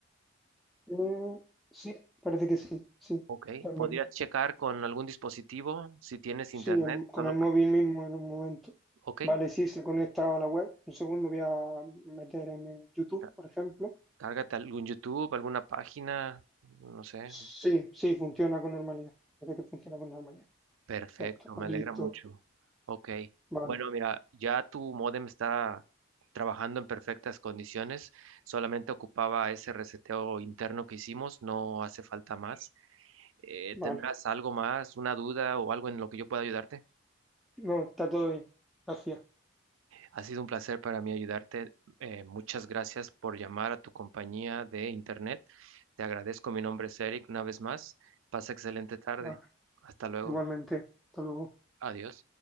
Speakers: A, in the centre; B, on the right (about 75°).
A: Eh, sí, parece que sí, sí,
B: Ok,
A: está en
B: podrías
A: verde.
B: checar con algún dispositivo si tienes
A: Sí,
B: internet,
A: en- con
B: solo
A: el
B: para...
A: móvil mismo en un momento.
B: Ok,
A: Vale, sí, se conecta a la web. Un segundo voy a meter en YouTube,
B: ca-
A: por ejemplo.
B: cárgate algún YouTube, alguna página, no sé.
A: Sí, sí, funciona con normalidad. Parece que funciona con normalidad.
B: Perfecto,
A: Ya está, pues
B: me alegra
A: listo.
B: mucho. Ok,
A: Vale,
B: bueno, mira, ya tu modem está trabajando en perfectas condiciones, solamente ocupaba ese reseteo interno que hicimos, no hace falta más. Eh,
A: vale.
B: ¿tendrás algo más, una duda o algo en lo que yo pueda ayudarte?
A: No, está todo bien. Gracias.
B: Ha sido un placer para mí ayudarte. Eh, muchas gracias por llamar a tu compañía de Internet. Te agradezco. Mi nombre es Eric una vez más. Pasa excelente tarde.
A: Vale,
B: Hasta luego.
A: igualmente. Hasta luego.
B: Adiós.